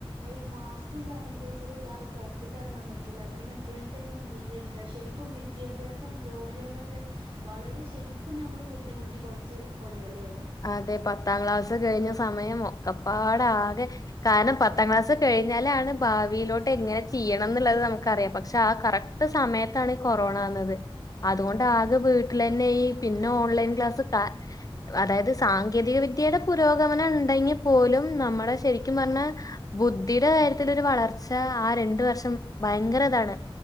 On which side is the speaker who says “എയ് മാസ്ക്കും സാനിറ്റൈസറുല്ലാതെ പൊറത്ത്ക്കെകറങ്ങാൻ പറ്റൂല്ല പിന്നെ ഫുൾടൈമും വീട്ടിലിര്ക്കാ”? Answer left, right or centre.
Right